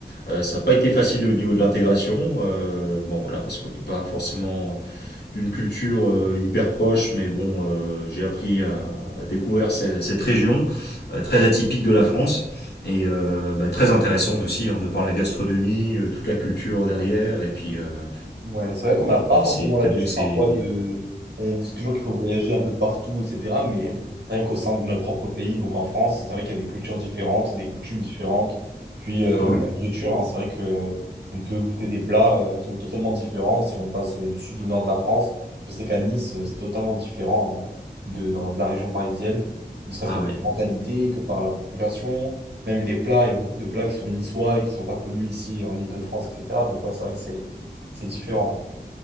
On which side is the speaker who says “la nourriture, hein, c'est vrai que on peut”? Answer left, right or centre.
Right